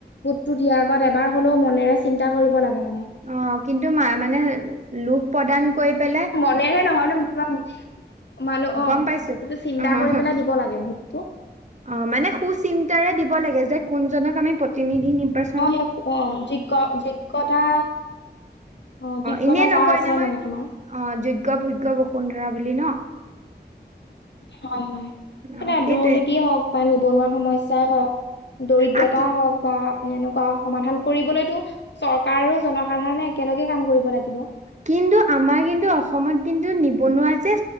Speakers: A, on the left; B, on the right.
A: ভোতটো দিয়াৰ আগত এবাৰ হ'লেও মনেৰে চিন্তা কৰিব লাগে মানে।
B: অ কিন্তু ম মানে লোভ প্ৰদান কৰি পেলাই
A: এনে এনে নহয় ন, তোমাক মানুহ অ'
B: গম পাইছো
A: সেইটো চিন্তা
B: অ',
A: কৰি পেলাই দিব লাগে ভোটটো
B: অ', মানে সুচিন্তাৰে দিব লাগে যে কোনজনক আমি প্ৰতিনিধি নিৰ্বা
A: অ', সেই অ' যোগ্যতা অ' যোগ্যতা
B: এনেই
A: যাৰ
B: নকয়
A: আছে
B: নহয়
A: মানে তোমাৰ
B: অ', যোগ্য, ভোগ্য, বসুন্ধৰা বুলি ন?
A: হয় হয়
B: অ',
A: মানে
B: সেইটোৱে
A: দুৰ্নীতি হওক বা নিবনুৱা সমস্যাই হওক দৰিদ্ৰতা
B: আ কি
A: হওক বা এনেকুৱা সমাধান কৰিবলৈতো চৰকাৰ আৰু জনসাধাৰণে একেলগে কাম কৰিব লাগিব।
B: কিন্তু আমাৰ কিন্তু অসমত কিন্তু নিবনুৱা যে